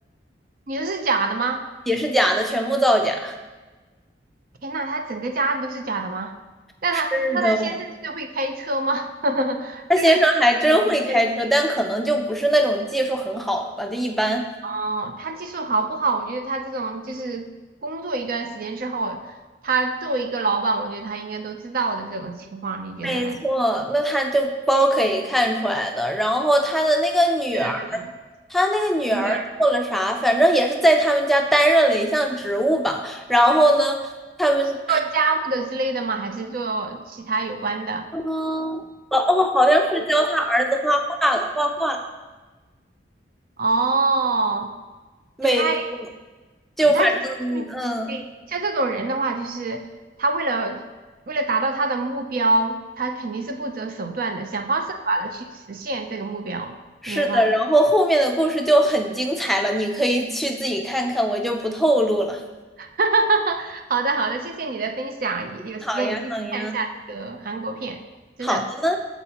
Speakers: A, on the right; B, in the centre.
A: 你说是假的吗？
B: 也是假的，全部造假。
A: 天呐，他整个家都是假的吗？那他那他先生这个会开车吗？
B: 是的。
A: <laughs>
B: 他先生还真会开车，
A: 这个是严重问题。
B: 但可能就不是那种技术很好了吧，就一般。
A: 哦，他技术好不好？我觉得他这种就是工作一段时间之后，他作为一个老板，我觉得他应该都知道的这种情况，你觉得嘞？
B: 没错，那他就包可以看出来的。然后他的那个女儿，
A: 是的，是的。
B: 他那个女儿做了啥？
A: 女儿
B: 反正也是在他们家担任了一项职务吧。然后呢，他们
A: 做家务的之类的吗？还是做其他有关的？
B: 嗯，哦哦，好像是教他儿子画画了，画画了。
A: 哦，
B: 每
A: 太，
B: 就反正嗯，
A: 那就是说明对，像这种人的话，就是他为了为了达到他的目标，他肯定是不择手段的，想方设法的去实现这个目标，
B: 是的。
A: 有没有发现？
B: 然后后面的故事就很精彩了，你可以去自己看看，我就不透露了。
A: <laughs> 好的，好的，谢谢你的分享，有时间一定去看一下这个韩国片，
B: 好呀，好呀。
A: 真的。
B: 好的，